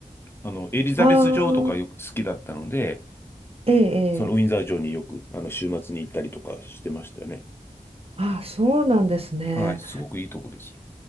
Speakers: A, on the left; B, on the right.
A: あの、エリザベス女王とかよく好きだったので、
B: ああ、ええ、
A: そのウィンザー城によく、
B: ええ
A: あの、週末に行ったりとかしてましたよね。
B: あ、そうなんですね。
A: はい、すごくいいとこですよ。